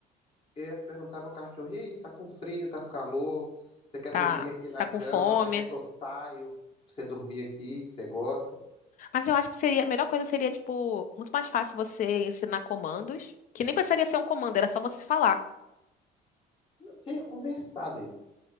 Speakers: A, on the left; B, on the left.
A: Eu ia perguntar ao meu cachorro, e aí, você tá com frio, tá com calor? Você quer
B: Tá,
A: dormir aqui na
B: tá
A: cama?
B: com fome.
A: Você quer que eu saio pra você dormir aqui, que você gosta?
B: Mas eu acho que seria, a melhor coisa seria, tipo, muito mais fácil você ensinar comandos, que nem precisaria ser um comando, era só você falar.
A: Você ia conversar, baby.